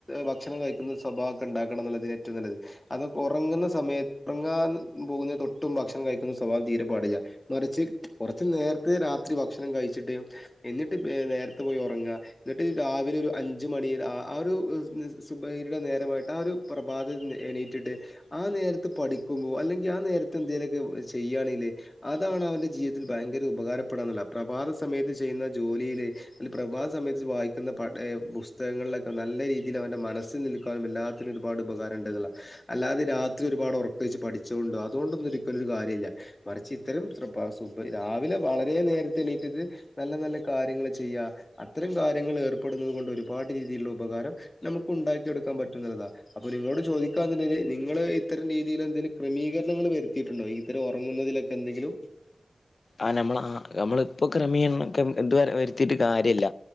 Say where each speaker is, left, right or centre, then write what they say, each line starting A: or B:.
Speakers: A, on the left (about 35°); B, on the left (about 70°).
A: ഭക്ഷണം കഴിക്കുന്ന സ്വഭാ ക്കെണ്ടാക്കണം ന്നുള്ളതിന് ഏറ്റവും നല്ലത് അതൊ ഒറങ്ങുന്ന സമയ ങ്ങാൻ പോകുന്ന തൊട്ടു മുമ്പ് ഭക്ഷണം കഴിക്കുന്ന സ്വഭാവം തീരെ പാടില്ല മറിച്ച് കൊർച്ച് നേര്ത്തെ രാത്രി ഭക്ഷണം കഴിച്ചിട്ട് ന്ന്ട്ട് എ നേരത്തെ പോയി ഒറങ്ങ ന്ന്ട്ട് രാവിലൊരു അഞ്ച് മണി ആഹ് ആഹ് ഒരു നിസ് സുബഹിടെ നേരമായി ആ ഒരു പ്രഭാതത്ത്ന്ന് എണീറ്റിട്ട് ആ നേരത്ത് പഠിക്കുമ്പോ അല്ലെങ്കിൽ ആ നേരത്ത് എന്തെലൊക്കെ ചെയ്യാണെല് അതാണ് അവന്റെ ജീവിതത്തില് ഭയങ്കര ഉപകാരപ്പെടാന്നുള്ള പ്രഭാത സമയത്ത് ചെയ്യുന്ന ജോലില് തില് പ്രഭാത സമയത്ത് വായിക്കുന്ന പ ഏ പുസ്തകങ്ങൾലൊക്കെ നല്ല രീതിലവന്റെ മനസ്ൽ നിൽക്കാനും എല്ലാ ത്തിലും ഒരുപാട് ഉപകാരണ്ട്ന്ന്ള്ള അല്ലാതെ രാത്രി ഒരുപാട് ഒർക്കൊയ്ച്ച് പഠിച്ചോണ്ടോ അതോണ്ടൊന്നും ഒരിക്കലൊരു കാര്യല്ല മറിച്ച് ഇത്രേം സുബ രാവിലെ വളരെ നേരത്തെ എണീറ്റിട്ട് നല്ല നല്ല കാര്യങ്ങള് ചെയ്യാ അത്തരം കാര്യങ്ങള് ഏർപ്പെടുന്നത് കൊണ്ട് ഒരുപാട് രീതിലുള്ള ഉപകാരം നമുക്ക് ഉണ്ടാക്കി എടുക്കാൻ പറ്റുന്നൊരിതാ അപ്പോലിങ്ങോട്ട് ചോദിക്കാന്ന്ണ്ടെങ്കി നിങ്ങള് ഇത്തരം രീതിലെഎന്തെലു ക്രമീകര്ണങ്ങൾ വര്ത്തീട്ട്ണ്ടോ ഈത്തര ഒർങ്ങുന്നതിലെ എന്തെങ്കിലും
B: ആഹ് നമ്മള ആഹ് നമ്മള്പ്പോ ക്രമീര്ണംക്കെ ഉം ത്വരെ വര്ത്തീട്ട് കാര്യല്ല